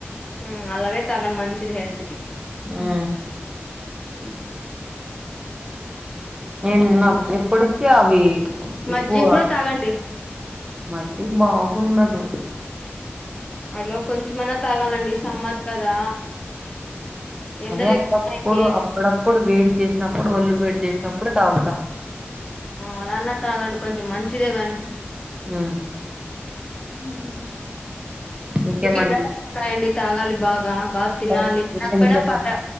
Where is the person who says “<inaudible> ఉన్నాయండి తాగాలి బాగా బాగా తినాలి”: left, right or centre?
Left